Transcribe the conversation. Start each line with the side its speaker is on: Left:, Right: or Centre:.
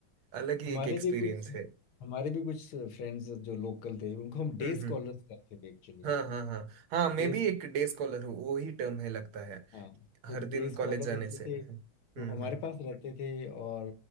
Right: अलग ही
Left: हमारे
Right: एक एक्सपीरियंस
Left: भी कुछ
Right: है
Left: हमारे भी कुछ फ्रेंड्स जो लोकल थे उनको हम डे
Right: हम्म
Left: स्कॉलर्स
Right: हम्म
Left: कहते थे एक्चुअली
Right: हाँ हाँ हाँ हाँ मैं
Left: डे
Right: भी एक डे स्कॉलर हूँ वो ही टर्म है लगता है
Left: हाँ
Right: हर
Left: तो डे
Right: दिन
Left: स्कॉलर
Right: कॉलेज जाने
Left: होते
Right: से
Left: थे
Right: हम्म
Left: तो हमारे पास रहते थे और